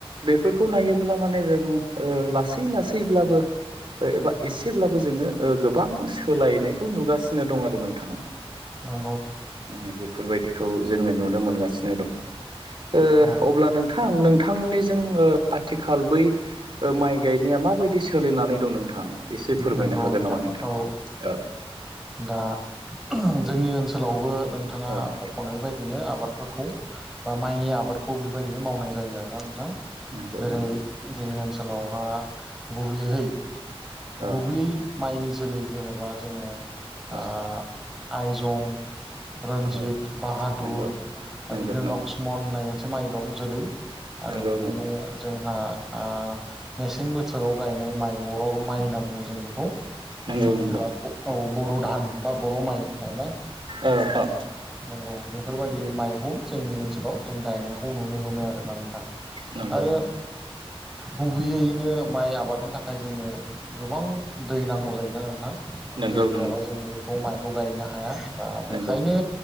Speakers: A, on the right; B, in the centre.
A: बेफोरखौ नायोब्ला माने जों ओ लासै लासैब्लाबो एबा एसेब्लाबो जोङो ओ गोबां सोलायनायखौ नुगासिनो दं आरो नोंथाङा
B: औ
A: माने बेफोरबायदिखौ जोङो नुनो मोनगासिनो दं ओ
B: औ
A: अब्ला नोंथां नोंथांमोननिजों आथिखाल बै माइ गायनाया माबायदि सोलिनानै दं नोंथां एसे फोरमायनो
B: नंगौ
A: हागोन
B: नोंथां
A: नामा नोंथाङा
B: औ
A: औ
B: दा जोंनि ओनसोलावबो नों थाङा
A: नोंथां
B: मख'नाय बायदिनो आबादफोरखौ
A: औ
B: बा माइनि आबादखौ बेबायदिनो मावनाय जायो आरोना नोंथां
A: नंगौ
B: जेरै
A: नंगौ
B: जोंनि ओनसोलावहा गुबैयहै
A: औ
B: गुबै माइनि जोलै होनोबा जोङो ओ
A: औ
B: आइजं रन्जित,
A: औ
B: बाहादुर
A: नंगौ
B: आरो
A: नंगौ
B: बिदिनो लक्ष्मन होननाय मोनसे माइ दं जोलै
A: नंगौ
B: आरो बिदिनो
A: नंगौ
B: जोंहा आ मेसें बोथोराव गायनाय माइ बर' माइ होनना बुङो जों बेखौ
A: नोंगौ नोंगौ
B: जेनेबा औ बर' धान बा बर' माइ आरोना
A: औ औ
B: नोंगौ बेफोरबायदि माइखौ जोंनि ओनसोलाव जों गायनायखौ नुनो मोनो आरोना नोंथां
A: नंगौ
B: आरो गुबैयैनो माइ आबादनि थाखाय जोंनो गोबां दै नांगौ जायोना नोंथां
A: नंगौ
B: दै
A: नंगौ
B: गैयाबा जों बेखौ माइखौ गायनो हा हाया दा बेखायनो
A: नंगौ